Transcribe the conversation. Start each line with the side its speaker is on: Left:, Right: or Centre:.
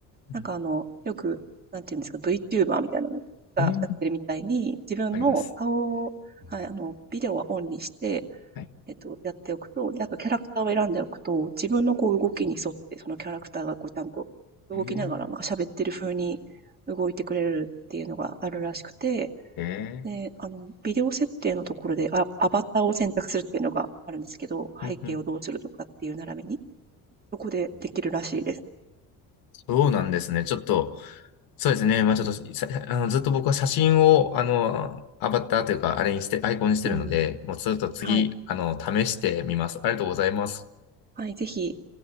Left: うん。
Right: なんかあの、よく、なんていうんですか、VTuber みたいなのがやってるみたいに、
Left: うん
Right: 自分の顔を、
Left: あります。
Right: はい、あの、ビデオはオンにして、
Left: はい。
Right: えっと、やっておくと、で、あとキャラクターを選んでおくと、自分のこう動きに沿って、そのキャラクターがこうちゃんと動きながら、
Left: えー、
Right: なんか喋ってる風に動いてくれるっていうのがあるらしくて、
Left: えー
Right: で、あの、ビデオ設定のところで、あ、アバターを選択するっていうのがあるんですけど、
Left: うんうん
Right: 背景をどうするとかっていう並びに、そこでできるらしいです。
Left: そうなんですね。ちょっと、そうですね。まあちょっと、さあの、ずっと僕は写真を、あの、アバターというか、あれにして、アイコンにしてるので、
Right: うん。
Left: もうちょっと次、
Right: はい。
Left: あの、試してみます。ありがとうございます。
Right: はい、ぜひ、